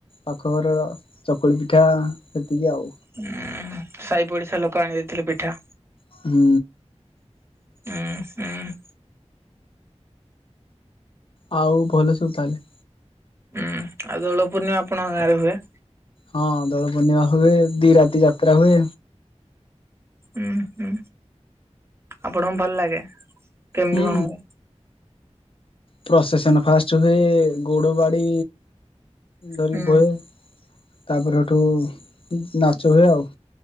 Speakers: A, on the left; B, on the right.
A: ପାଖଘର। ଚକୁଳି ପିଠା ହେତିକି ଆଉ।
B: ଉଁ ସାଇ ପଡିଶା ଲୋକ ଆଣି ଦେଇଥିଲେ ପିଠା।
A: ହୁଁ।
B: ଉଁ ହୁଁ।
A: ଆଉ ଭଲ ସବୁ ତାହେଲେ।
B: ଉଁ ଆଉ ଦୋଳ ପୂର୍ଣ୍ଣିମା ଆପଣଙ୍କ ଗାଁରେ ହୁଏ।
A: ହଁ ଦଳ ପୂର୍ଣିମା ହୁଏ ଦି ରାତି ଯାତ୍ରା ହୁଏ।
B: ଉଁ ହୁଁ ଆପଣଙ୍କୁ ଭଲ ଲାଗେ କେମିତି
A: ହୁଁ
B: କଣ ହୁ
A: ପ୍ରସେସନ ଫାଷ୍ଟ ହୁଏ ଗୋଡ ବାଡି ଧରି
B: ହୁଁ
A: ବହେ। ତାପରେ ହେଠୁ ନାଚ ହୁଏ ଆଉ।